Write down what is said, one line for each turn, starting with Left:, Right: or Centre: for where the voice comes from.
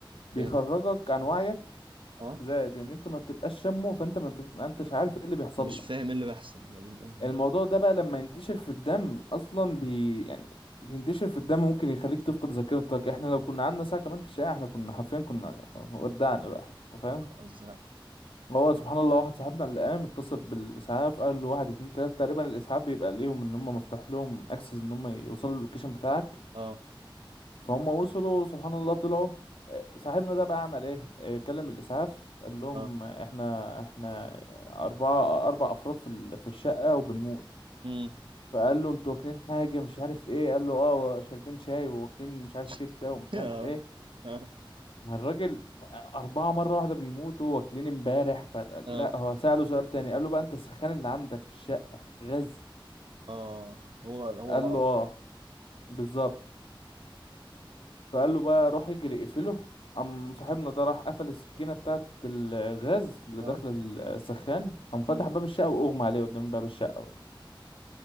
Left: بيخرجك
Right: ليه؟
Left: عن وعيك
Right: اه
Left: زائد ان انت ما بتبقاش شامه فانت ما, بتف... ما انتش عارف ايه اللي بيحصل
Right: مش
Left: لك
Right: فاهم ايه اللي بيحصل يا دين امي
Left: الموضوع ده بقى لما ينتشر في الدم اصلا بي يعني بينتشر في الدم ممكن يخليك تفقد ذاكرتك احنا لو كنا قعدنا ساعة كمان في الشارع احنا كنا حرفيا كنا ودعنا بقى انت فاهم
Right: نهار ازرق
Left: هو سبحان الله واحد صاحبنا اللي قام اتصل بالاسعاف قال له واحد اتنين تلاتة تقريبا الاسعاف بيبقى ليهم ان هم مفتوح لهم اكسس ان هم يوصلوا اللوكيشن بتاعك
Right: اه
Left: فهم وصلوا سبحان الله طلعوا آه، صاحبنا ده بقى عمل ايه آه، كلم الاسعاف قال لهم
Right: اه
Left: آه، احنا احنا اربعة اربع افراد في ال- في الشقة وبنموت
Right: إمم.
Left: فقال له انتوا واكلين حاجة مش عارف ايه قال له اه شاربين شاي واكلين مش عارف
Right: <laughs>
Left: كده ومش
Right: اه
Left: عارف ايه
Right: اه
Left: الراجل أربعة مرة واحدة بيموتوا واكلين امبارح فلا
Right: اه
Left: هو سأله سؤال تاني قال له بقى انت السخان اللي عندك في الشقة غاز
Right: آه. هو هو
Left: قال
Right: لقط
Left: له اه بالظبط فقال له بقى روح اجري اقفله قام صاحبنا ده راح قفل السكينة بتاعت الغاز اللي
Right: اه
Left: داخلة السخان قام فتح
Right: امم
Left: باب الشقة وأغمى عليه قدام باب الشقة بقى.